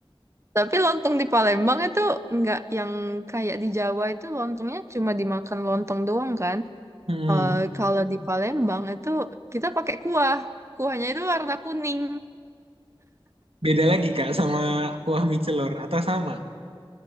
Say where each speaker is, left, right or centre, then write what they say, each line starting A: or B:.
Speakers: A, on the right; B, on the right.
A: Tapi lontong di Palembang itu nggak yang kayak di Jawa itu lontongnya cuma dimakan lontong doang kan.
B: Hmm.
A: Eh, kalau di Palembang itu kita pakai kuah. Kuahnya itu warna kuning.
B: Beda lagi Kak sama kuah mie celor atau sama?